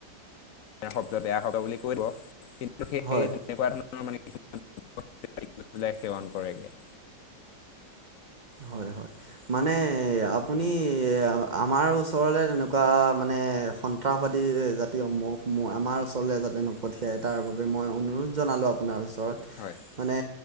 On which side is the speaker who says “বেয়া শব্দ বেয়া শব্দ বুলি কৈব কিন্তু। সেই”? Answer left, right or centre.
Left